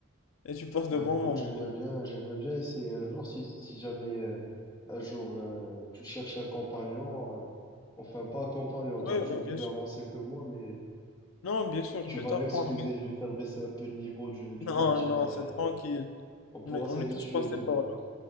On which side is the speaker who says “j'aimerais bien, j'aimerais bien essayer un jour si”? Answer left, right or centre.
Left